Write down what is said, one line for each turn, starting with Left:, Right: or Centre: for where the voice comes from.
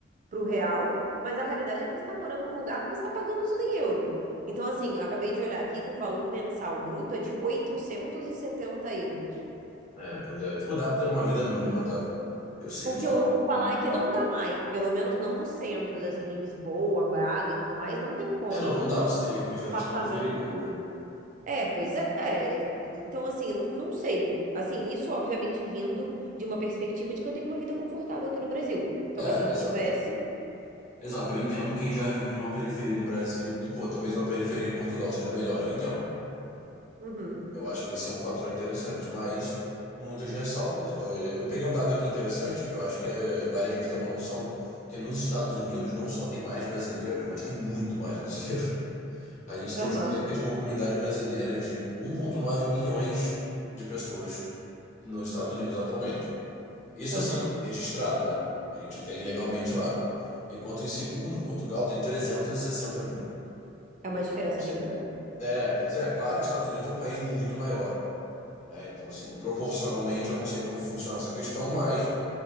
Right: pro real, mas a realidade é que você tá morando num lugar que você tá pagando tudo em euro. Então, assim, eu acabei de olhar aqui que o valor mensal bruto é de 870 euros.
Left: É, pois é. Tipo, dá pra ter uma vida mínima, tá? Eu sei
Right: O
Left: que
Right: que
Left: o salário
Right: eu ouço
Left: mínimo
Right: falar é que
Left: lá.
Right: não dá mais, pelo menos não nos centros, assim, em Lisboa, Braga e tudo mais, não tem como.
Left: É, não, não dá, você teria que viver nas
Right: Apartamento.
Left: periferias, né?
Right: É, pois é. Então, assim, eu não não sei. Assim, isso obviamente vindo de uma perspectiva de que eu tenho uma vida confortável aqui no Brasil. Talvez
Left: É,
Right: se eu não
Left: exato.
Right: tivesse.
Left: Exato, eu entendo quem já vive numa periferia do Brasil, que, pô, talvez uma periferia em Portugal seja melhor, eu entendo.
Right: Uhum.
Left: Eu acho que esse é um fator interessante, mas muitas ressalvas. Eu, eu peguei um dado aqui interessante que eu acho que é- vale a gente ter uma noção que nos Estados Unidos não só tem mais brasileiro, mas tem muito mais brasileiro. <laughs> A gente tem
Right: Aham,
Left: cerca de uma comunidade brasileira de 1,9 milhões de pessoas nos Estados Unidos atualmente. Isso
Right: aham.
Left: assim, registrado, né? A gente tem legalmente lá. Enquanto em segundo, Portugal tem 360 mil.
Right: É
Left: Então,
Right: uma diferença
Left: assim,
Right: bem grande.
Left: é, pois é, claro que os Estados Unidos é um país muito maior né? Então, assim, proporcionalmente, eu não sei como funciona essa questão, mas